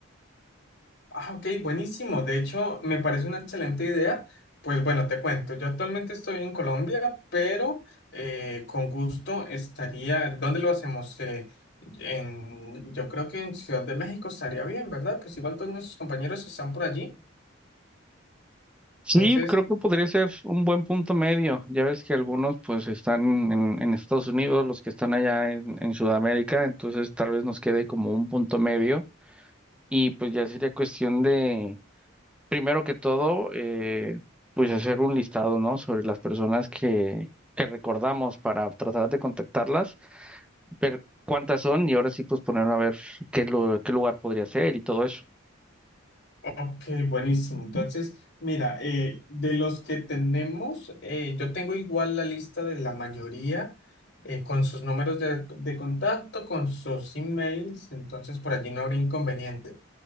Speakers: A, on the left; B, in the centre.
A: Ah, ok, buenísimo. De hecho, me parece una excelente idea. Pues bueno, te cuento, yo actualmente estoy en Colombia, pero eh, con gusto estaría, ¿dónde lo hacemos? Eh, en, yo creo que en Ciudad de México estaría bien, ¿verdad? Pues igual todos nuestros compañeros están por allí.
B: Sí,
A: Entonces,
B: creo que podría ser un buen punto medio. Ya ves que algunos pues están en, en Estados Unidos, los que están allá en, en Sudamérica, entonces tal vez nos quede como un punto medio y pues ya sería cuestión de... Primero que todo, eh, pues hacer un listado, ¿no? Sobre las personas que, que recordamos para tratar de contactarlas, ver cuántas son y ahora sí pues ponernos a ver qué, lu- qué lugar podría ser y todo eso.
A: Ok, buenísimo. Entonces, mira, eh, de los que tenemos, eh, yo tengo igual la lista de la mayoría eh, con sus números de, de contacto, con sus emails, entonces por allí no habrá inconveniente.